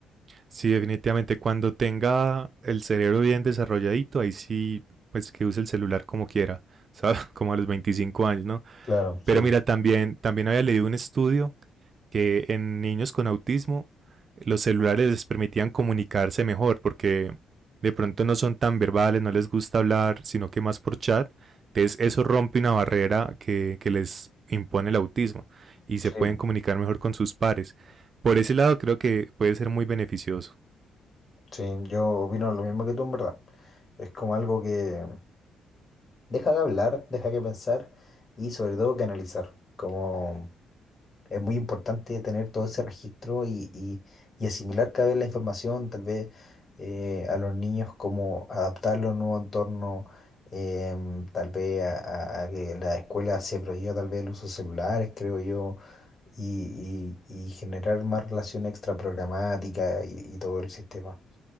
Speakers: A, on the right (about 45°); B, on the left (about 35°).
A: sí, definitivamente cuando tenga el cerebro bien desarrolladito, ahí sí, pues que use el celular como quiera, <laughs> ¿sabes? Como a los 25 años, ¿no?
B: Claro, sí,
A: Pero mira, también, también había leído un estudio que en niños con autismo los celulares les permitían comunicarse mejor porque de pronto no son tan verbales, no les gusta hablar, sino que más por chat. Entonces eso rompe una barrera que, que les impone el autismo y se
B: sí,
A: pueden comunicar mejor con sus pares. Por ese lado creo que puede ser muy beneficioso.
B: sí, yo opino lo mismo que tú en verdad. Es como algo que Deja de hablar, deja que pensar y sobre todo que analizar. Como es muy importante tener todo ese registro y, y- y asimilar cada vez la información, tal vez eh, a los niños como adaptarlo a un nuevo entorno, em, tal vez a, a- a que la escuela se prohíba tal vez el uso de celulares, creo yo, y, y- y generar más relación extraprogramática y, y todo el sistema.